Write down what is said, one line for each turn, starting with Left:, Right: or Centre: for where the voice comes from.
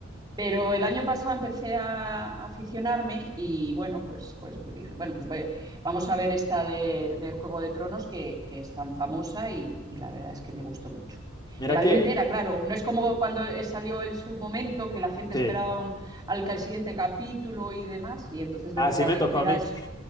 Right: Pero el año pasado empecé a a aficionarme y bueno, pues, pues dije, bueno, pues voy- vamos a ver esta de, de Juego de Tronos que, que es tan famosa y, y la verdad es que me gustó mucho.
Left: Mira
Right: Me la
Left: que,
Right: vi entera, claro. No es como
Left: eh,
Right: cuando salió en su momento, que la gente
Left: sí,
Right: esperaba un- al ca- siguiente capítulo y demás, y entonces vértela
Left: así me
Right: de
Left: tocó
Right: entera
Left: a mí.
Right: es...